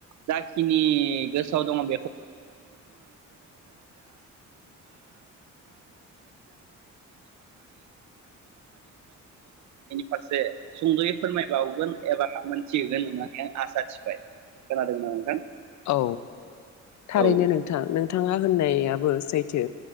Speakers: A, on the right; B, on the left.
A: जायखिनि गोसोआव फारसे सुंद'यै फोरमायबावगोन एबा हामोनथि होगोन होननानै आं आसा सिबाय। खोनादों ना नोंथां?
B: औ थारैनो
A: औ
B: नोंथां नों नोंथाङा होननायाबो सैथो।